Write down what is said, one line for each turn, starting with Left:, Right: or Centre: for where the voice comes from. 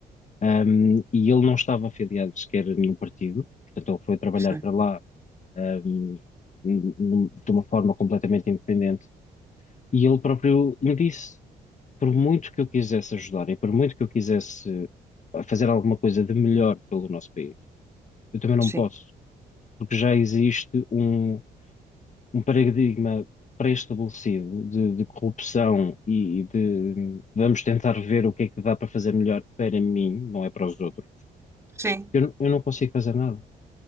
Left: ahm, e ele não estava afiliado sequer a nenhum partido, portanto, ele foi trabalhar
Right: sim,
Left: para lá, ahm, num- num- de uma forma completamente independente. E ele próprio me disse: por muito que eu quisesse ajudar e por muito que eu quisesse ah, fazer alguma coisa de melhor pelo nosso país, eu também não
Right: sim,
Left: posso, porque já existe um um paradigma pré-estabelecido de, de corrupção e, e de vamos tentar ver o que é que dá para fazer melhor para mim, não é para os outros,
Right: sim,
Left: eu, n- eu não consigo fazer nada.